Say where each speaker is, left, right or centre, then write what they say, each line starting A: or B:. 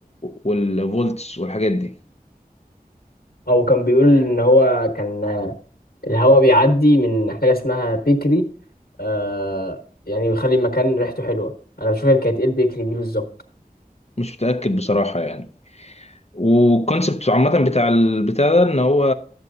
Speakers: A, on the left; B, on the left.
A: والفولتس والحاجات دي
B: او كان بيقول ان هو كان الهواء بيعدي من حاجة اسمها بيكري آه يعني بيخلي المكان ريحته حلوة انا مش فاكر كانت ايه البيكري دي بالظبط
A: مش متأكد بصراحة يعني والكونسبت عامة بتاع البتاع ده ان هو